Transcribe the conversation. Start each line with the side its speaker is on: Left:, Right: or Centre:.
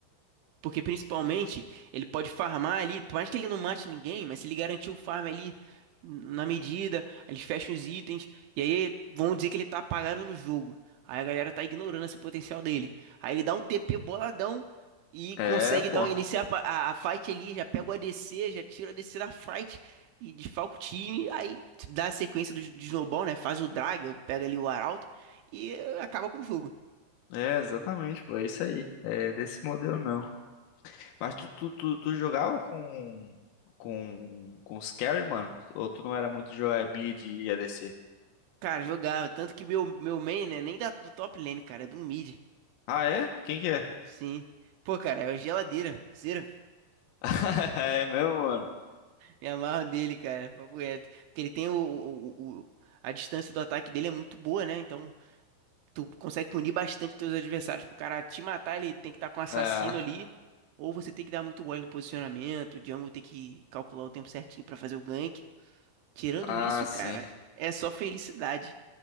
Right: Porque principalmente ele pode farmar ali, por mais que ele não mate ninguém, mas se ele garantir o farm ali na medida, aí eles fecham os itens, e aí vão dizer que ele tá apagado no jogo. Aí a galera tá ignorando esse potencial dele. Aí ele dá um TP boladão e
Left: É,
Right: consegue
Left: é, pô.
Right: dar, iniciar a, pa- a a fight ali, já pega o ADC, já tira o ADC da fight e desfalca o time. Aí dá a sequência do, de snowball, né? Faz o drag, pega ali o arauto e acaba com o jogo.
Left: É, exatamente, pô. É isso aí. É desse modelo mesmo. Mas tu, tu, tu, tu jogava com, com, com os carry, mano? Ou tu não era muito de jogar mid e ADC?
Right: Cara, jogava. Tanto que meu, meu main, né? Nem da, do top lane, cara. É do mid.
Left: Ah, é? Quem que é?
Right: Sim. Pô, cara, é o geladeira. Zero.
Left: <laughs> É mesmo, mano.
Right: Me amarro nele, cara. Papo reto. Porque ele tem o, o, o- A distância do ataque dele é muito boa, né? Então, tu consegue punir bastante teus adversários. Pro cara te matar, ele tem que estar com um assassino
Left: É.
Right: ali. Ou você tem que dar muito mole no posicionamento. O jungle tem que calcular o tempo certinho pra fazer o gank. Tirando
Left: Ah,
Right: isso,
Left: sim.
Right: cara, é só felicidade.